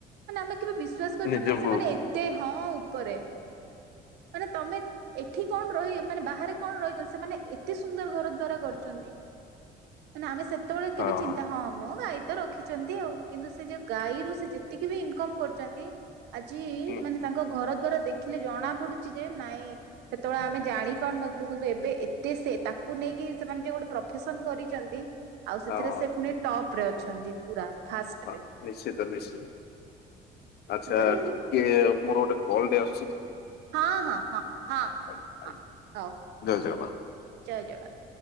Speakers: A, on the right; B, on the left.
A: ମାନେ ଆମେ କେବେ ବିଶ୍ଵାସ କରିପାରୁନାହୁଁ
B: ନିଜକୁ
A: ସେମାନେ ଏତେ ହଁ ଉପ ଉପରେ ମାନେ ତମେ ଏଠି କଣ ରହିବ ମାନେ ବାହାରେ କଣ ରହିଛନ୍ତି ସେମାନେ ଏତେ ସୁନ୍ଦର ଘର ଦ୍ଵାରା କରିଛନ୍ତି ମାନେ ଆମେ ସେ କେତେବେଳେ
B: ହଁ
A: କେବେ ଚିନ୍ତା
B: ହଁ।
A: ହଁମ ଗାଈ ତ ରଖିଛନ୍ତି ଆଉ। କିନ୍ତୁ ସେ ଯେ ଗାଈରୁ ସେ ଯେତିକି ବି ଇନକମ କରୁଛନ୍ତି ଆଜି
B: ହୁଁ
A: ମାନେ ତାଙ୍କ ଘର ଦ୍ଵାରା ଦେ ଦେଖିଲେ ଜଣା ପଡୁଛି ଯେ ନାଇଁ ସେତେବେଳେ ଆମେ ଜାଣି ପାରୁନ <inaudible> ଏବେ ଏତେ ସେ ତାକୁ ନେଇକି ସେମାନେ ଯେ ଗୋଟେ ପ୍ରଫେସନ କରିଚନ୍ତି। ଆଉ ସେଥିରେ
B: ହଁ ହଁ
A: ସେ ପୁଣି ଟପରେ ଅଛନ୍ତି ପୁରା। ଫାଷ୍ଟରେ
B: ହଁ ନିଶ୍ଚିତ ନିଶ୍ଚିତ ଆଚ୍ଛା
A: ତେଣୁକରି
B: ଟିକେ ମୋର ଗୋଟେ କଲ୍ ଟେ ଆସୁ
A: ହଁ ହଁ ହଁ ହଁ
B: ଆଜ୍ଞା
A: ହଁ
B: ଆଜ୍ଞା
A: ହଉ
B: ଜୟ ଜଗନ୍ନାଥ।
A: ଜୟ ଜଗନ୍ନାଥ।